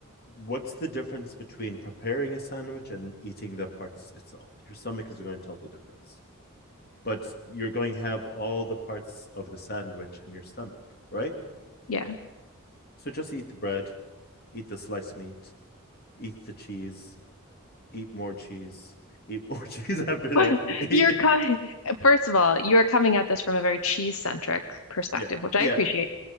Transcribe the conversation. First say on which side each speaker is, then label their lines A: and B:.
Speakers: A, on the left (about 45°); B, on the left (about 75°).
A: what's the difference between preparing a sandwich and eating the parts itself? Your stomach is going to tell the difference, but you're going to have all the parts of the sandwich in your stomach, right?
B: Yeah.
A: So just eat the bread, eat the sliced meat, eat the cheese, eat more cheese, eat more <laughs> cheese after
B: <laughs>
A: that.
B: You're coming, first of all, you're coming at this from a very cheese-centric perspective,
A: <laughs> yeah.
B: which I
A: Yeah.
B: appreciate,